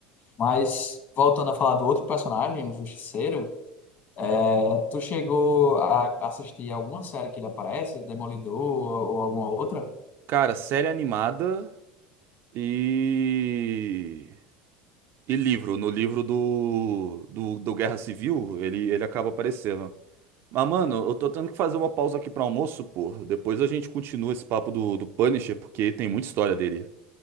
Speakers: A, on the left; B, on the right.
A: Mas voltando a falar do outro personagem, o Justiceiro, é, tu chegou a assistir alguma série que ele aparece, Demolidor ou, ou alguma outra?
B: Cara, série animada e. E livro. No livro do, do, do Guerra Civil, ele, ele acaba aparecendo. Mas, mano, eu tô tendo que fazer uma pausa aqui pra almoço, pô. Depois a gente continua esse papo do, do Punisher, porque tem muita história dele.